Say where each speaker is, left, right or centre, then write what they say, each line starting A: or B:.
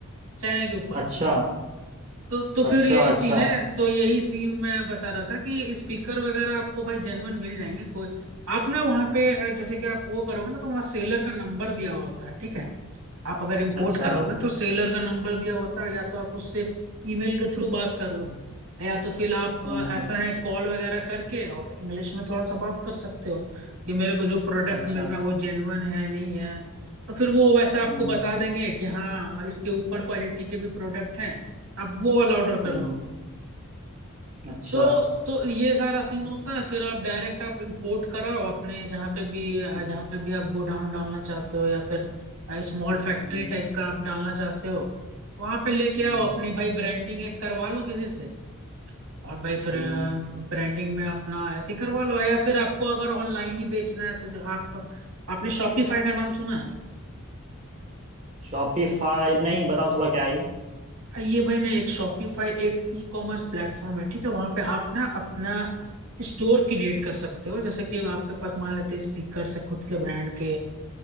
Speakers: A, on the right; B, on the right.
A: चाइना के ऊपर
B: अच्छा
A: तो तो फिर
B: अच्छा
A: यही
B: अच्छा
A: सीन है तो यही सीन मैं बता रहा था कि स्पीकर वगैरह आपको भाई जेन्युइन मिल जाएंगे कोई आप ना वहाँ
B: हम्म,
A: पे अ, जैसे कि आप वो करोगे ना तो वहाँ सेलर का नंबर दिया हुआ होता है ठीक है आप अगर इंपोर्ट
B: अच्छा
A: कराओगे तो सेलर का नंबर दिया होता है या तो आप उससे ईमेल के थ्रू बात कर लो
B: हम्म
A: या तो फिर आप अ,
B: हम्म,
A: ऐसा है कॉल वगैरह करके आप इंग्लिश में थोड़ा सा बात कर सकते हो कि मेरे को जो प्रोडक्ट
B: अच्छा
A: मिल रहा है वो जेन्युइन है नहीं है तो फिर वो वैसा आपको
B: हम्म
A: बता देंगे कि हाँ इसके ऊपर क्वालिटी के भी प्रोडक्ट हैं आप वो वाला ऑर्डर कर
B: हम्म
A: लो
B: अच्छा
A: तो तो ये सारा सीन
B: हम्म,
A: होता है फिर आप डायरेक्ट आप इंपोर्ट कराओ अपने जहाँ पे भी जहाँ
B: हम्म,
A: पे भी आप गोडाउन डालना चाहते हो या फिर स्मॉल
B: हम्म
A: फैक्ट्री टाइप का आप डालना चाहते हो वहां पे लेके
B: हम्म
A: आओ अपनी भाई ब्रांडिंग एक करवा लो किसी से और भाई फिर
B: हम्म
A: ब्रांडिंग में अपना ऐसे ही करवा लो या फिर आपको अगर ऑनलाइन ही बेचना है तो जो आप आपने शॉपिफाई का नाम सुना है
B: शॉपिफाई नहीं बताओ थोड़ा क्या है ये
A: ये भाई ना एक शॉपिफाई एक ई कॉमर्स प्लेटफॉर्म है ठीक है वहां पे आप ना अपना स्टोर क्रिएट कर सकते हो जैसे कि आपके पास मान लेते हैं स्पीकर से खुद के ब्रांड के